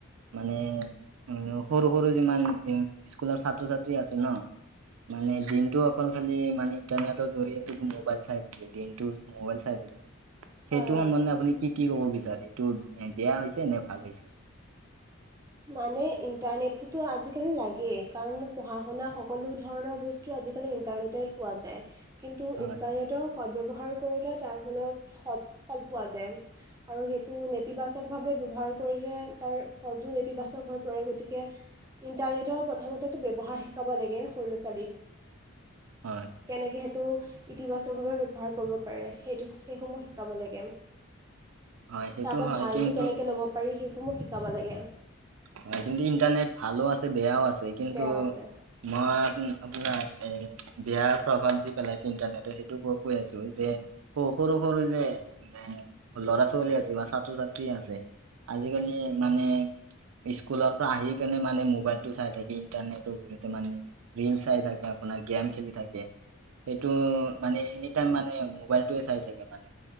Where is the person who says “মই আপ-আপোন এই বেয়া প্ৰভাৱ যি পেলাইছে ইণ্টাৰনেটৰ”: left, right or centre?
Right